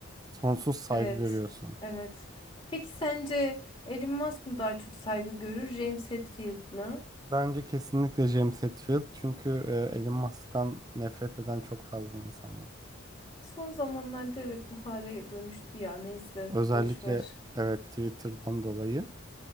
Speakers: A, on the right; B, on the left.
A: Sonsuz saygı
B: Evet.
A: görüyorsun.
B: Evet. Peki sence Elon Musk mı daha çok saygı görür, James Hetfield mi?
A: Bence kesinlikle James Hetfield çünkü e, Elon Musk'tan nefret eden çok fazla insan var.
B: Son zamanlarda evet bu hale dönüştü ya neyse
A: Özellikle
B: boş ver.
A: evet Twitter'dan dolayı.